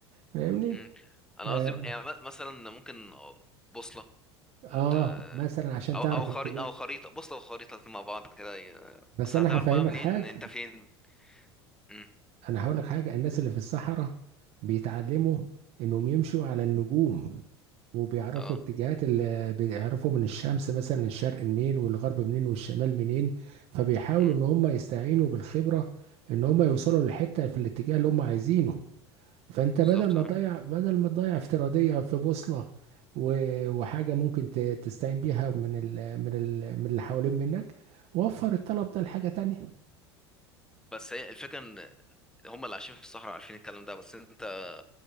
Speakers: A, on the right; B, in the centre.
A: فاهمني؟
B: مم. انا
A: اه
B: قصدي يعني م- مثلا ممكن بوصله
A: آه،
B: ت-
A: مثلا عشان
B: او
A: تعرف
B: او خريطه
A: الاتجاه
B: او خريطه بوصله وخريطه الاتنين مع بعض كده ي-
A: بس
B: بس
A: انا
B: هتعرف
A: هفهمك
B: بقى منين
A: حاجه
B: انت فين مم.
A: انا هقول لك حاجه الناس اللي في الصحراء بيتعلموا انهم يمشوا على النجوم وبيعرفوا
B: اه
A: اتجاهات اللي بيعرفوا من الشمس مثلا الشرق منين والغرب منين والشمال منين فبيحاولوا
B: مم.
A: ان هم يستعينوا بالخبره ان هم يوصلوا للحته في الاتجاه اللي هم عايزينه فانت
B: بالظبط
A: بدل ما
B: اه
A: تضيع بدل ما تضيع افتراضيه في بوصله و- وحاجه ممكن ت- تستعين بيها من ال من ال من اللي حوالين منك وفر الطلب ده لحاجه تانية
B: بس هي الفكره ان هم اللي عايشين في الصحراء عارفين الكلام ده بس انت